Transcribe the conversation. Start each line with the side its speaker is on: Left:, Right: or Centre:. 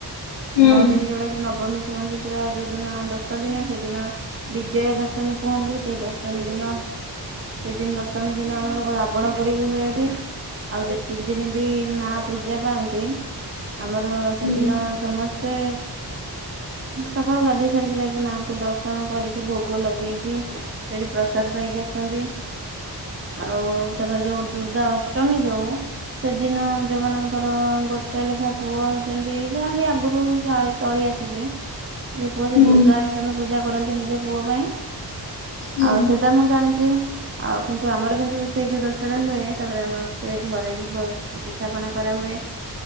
Left: ହୁଁ
Right: ନଅ ଦିନି ଯୋଉଟା ସେ ନବମୀ କୁହନ୍ତି ପୁରା ଯୋଉଦିନ ଦଶ ଦିନ ସେ ଦିନ ବିଜୟା ଦଶମୀ କୁହନ୍ତି ସେଇ ଦଶମୀ ଦିନ ସେଇଦିନ ଦଶମୀ ଦିନ ଆମର ରାବଣ ପୋଡି ହୁଏ ଏଠି ଆଉ ଯେତିକି ଦିନ ବି ମା ପୂଜା ପାଆନ୍ତି ଆମର ସେଦିନ
Left: ହୁଁ।
Right: ସମସ୍ତ ସକାଳୁ ଗଧେଇ ସାରିକି ଯାଇକି ମା କୁ ଦର୍ଶନ କରିକି ଭୋଗ ଲଗେଇକି ସେଠି ପ୍ରସାଦ ପାଇକି ଆସନ୍ତି ଆଉ ତାପରେ ଯୋଉ ଦୁର୍ଗା ଅଷ୍ଟମୀ ଯୋଉ ସେଦିନ ଯୋଉମାନଙ୍କର ଗୋଟେ ଲେଖା ପୁଅ ହେଇଛନ୍ତି ଯାହାବି ଆଗରୁ ଯାହାବି ଚଳି ଆସୁଛି। ରୂପ ସେ
Left: ହୁଁ
Right: ଦୁର୍ଗା ପୂଜା କରନ୍ତି ନିଜ ପୁଅ ପାଇଁ।
Left: ହୁଁ
Right: ଆଉ ସେଇଟା ମୁଁ ଜାଣିଚି। ଆଉ କିନ୍ତୁ ଆମର କିନ୍ତୁ ସେଇ ଯୋଉ ଦଶହରା ହୁଏ। ତାପରେ ଆମର ସେ ଘରେ ବି ପିଠାପଣା କରାହୁଏ।